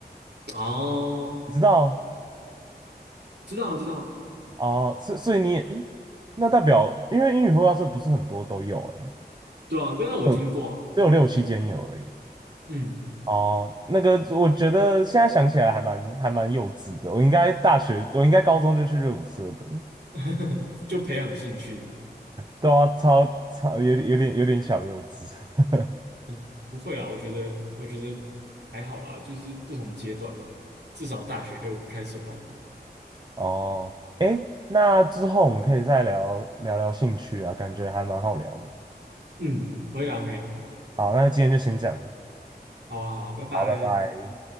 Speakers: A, on the right (about 80°); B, on the right (about 25°).
A: 哦，
B: 你知道
A: 知道了知道了，
B: 哦，所、所以你也，诶那代表因为英语绘画社不是很多都有、欸，哎，
A: 对啊，真的我听过啊。
B: 只有只有六七间有而已。
A: 嗯，
B: 哦，那个我觉得现在想起来还蛮还蛮幼稚的，我应该大学，我应该高中就去热舞社的，
A: <laughs> 就培养兴趣。
B: 对啊，超超有点有点有点小幼稚。<laughs>
A: 嗯，不会啦，我觉得我觉得还好啦，就是不同阶段嘛，至少大学就开始玩了。
B: 哦，诶，那之后我们可以再聊聊聊兴趣啊，感觉还蛮好聊的。
A: 嗯，可以啊，可以，
B: 好，那今天就先这样，
A: 好啊，好啊，拜拜。
B: 好，拜拜。